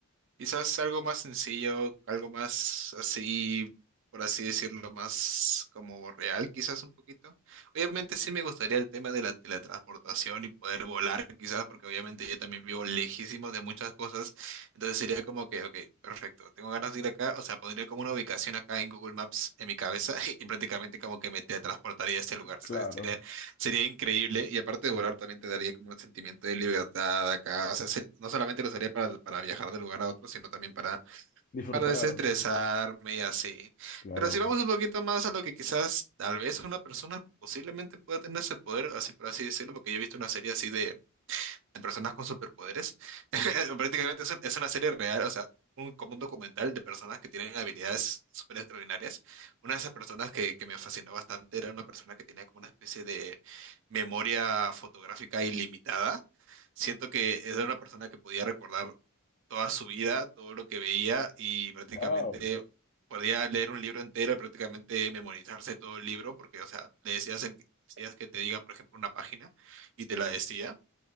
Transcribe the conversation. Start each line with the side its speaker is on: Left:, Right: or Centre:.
Right: quizás algo más sencillo, algo más así, por así decirlo, más como real, quizás un poquito. Obviamente sí me gustaría el tema de la teletransportación y poder volar, quizás, porque obviamente yo también vivo lejísimo de muchas cosas. Entonces sería como que, ok, perfecto, tengo ganas de ir acá, o sea, pondría como una ubicación acá en Google Maps en mi cabeza <laughs> y prácticamente como que me teletransportaría a este lugar,
Left: Claro,
Right: ¿sabes? Sería Sería increíble y aparte de volar también te daría como un sentimiento de libertad acá. O sea, se- no solamente lo usaría para, para viajar de lugar a otro, sino también para,
Left: disfrutar,
Right: para desestresarme y así.
Left: claro.
Right: Pero si vamos un poquito más a lo que quizás tal vez una persona posiblemente pueda tener ese poder, así por así decirlo, porque yo he visto una serie así de, de personas con superpoderes. <laughs> Prácticamente es, un- es una serie real, o sea, un, como un documental de personas que tienen habilidades súper extraordinarias. Una de esas personas que, que me fascinó bastante era una persona que tenía como una especie de memoria fotográfica ilimitada. Siento que era una persona que podía recordar toda su vida, todo lo que veía y prácticamente...
Left: Wow.
Right: Podía leer un libro entero y prácticamente memorizarse todo el libro, porque, o sea, le decías, en- decías que te diga, por ejemplo, una página y te la decía.